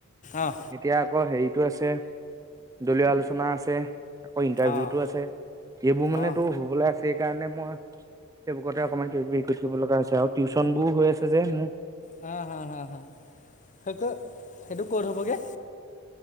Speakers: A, on the left (about 35°); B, on the right (about 15°).
A: অঁ
B: এতিয়া আকৌ হেৰিটো আছে দলীয় আলোচনা আছে আকৌ ইণ্টাৰভিউটো
A: অঁ
B: আছে এইবোৰ মানে
A: অঁ
B: তোৰ হবলে আছে কাৰণে মই সেই বুকতে অকণমান হৰি কৰি থাকিব লগা হৈছে আৰু টিউচ্যন বোৰ হৈ আছে যে মোৰ
A: হা হা হা হা সেই সেইটো ক'ত হ'বগে